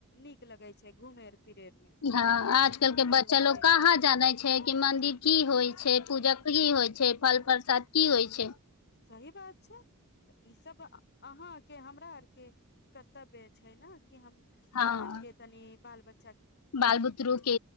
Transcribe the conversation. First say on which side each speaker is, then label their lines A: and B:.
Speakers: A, on the left; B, on the left.
A: नीक लगे छै घूमे फिरे मे
B: हँ
A: टेंशन
B: आजकल
A: फ्री
B: के बच्चा
A: होके
B: लोग कहाँ जानै छै
A: तऽ
B: कि मंदिर की होइ छै पूजा की होइ छै फल प्रसाद की होइ छै
A: सही बात छै तऽ ई सब अहाँके हमरा आरके कर्तव्य छै ने कि हम हमरा
B: हँ
A: आर के तनि बाल बच्चा
B: बाल बुतरू के